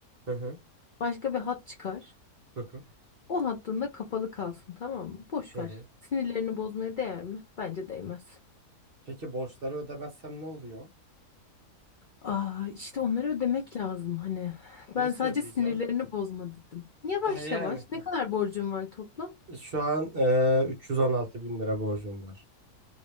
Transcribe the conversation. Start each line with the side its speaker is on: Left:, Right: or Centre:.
Right: Hı hı.
Left: Başka bir hat çıkar.
Right: Hı hı.
Left: O hattın da kapalı kalsın tamam mı? Boş
Right: Hı
Left: ver.
Right: hı.
Left: Sinirlerini bozmaya değer mi? Bence değmez.
Right: Peki borçları ödemezsem ne oluyor?
Left: Aa, işte onları ödemek lazım hani.
Right: Nasıl
Left: Ben sadece
Right: ödeyeceğim?
Left: sinirlerini bozma dedim. Yavaş
Right: E yani.
Left: yavaş ne kadar borcum var toplam?
Right: Şu an e, 316 bin lira borcum var.